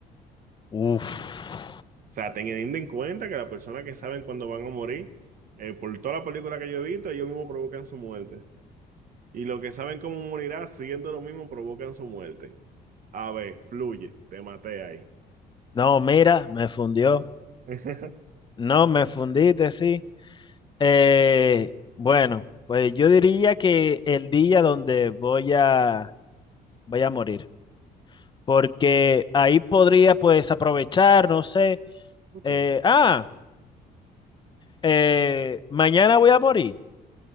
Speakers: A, on the left; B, on the right.
A: uff.
B: O sea, teniendo en cuenta que las personas que saben cuándo van a morir, eh, por toda la película que yo he visto, ellos mismos provocan su muerte. Y los que saben cómo morirá, siguiendo lo mismo, provocan su muerte. A ver, fluye, te maté ahí.
A: No, mira, me fundió.
B: <laughs>
A: No, me fundiste, sí. Eh, bueno, pues yo diría que el día donde voy a, voy a morir, porque ahí podría pues aprovechar, no sé,
B: Ok,
A: eh, ah, eh, mañana voy a morir,